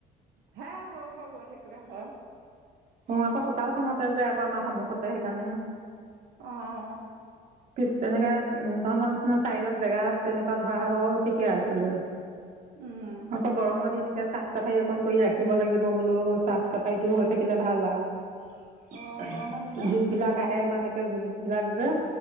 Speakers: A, on the right; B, on the right.
A: হা, হ-হ গৈ থাকিলে আহ,
B: অ' আকৌ চোতালখনতে যে আকৌ আমাৰ সন্মুখতে সেইকাৰণেহে।
A: আহ,
B: পিছ তেনেকে উ, তহঁতৰ নিচিনা চাইডত জেগাত তেনেকুৱা ধৰা হলেও ঠিকে আছিলে।
A: উম
B: আকৌ গৰমৰ দিন এতিয়া চাফ-চাফাৰ অকন কৰি ৰাখিব লাগিব বোলো, চাফ-চাফাই টো হৈ থাকিলে ভাল আৰু
A: অ গৰমৰ দিনত
B: জুগ বিলাক আহে ইমানে যুক বিলাগ যে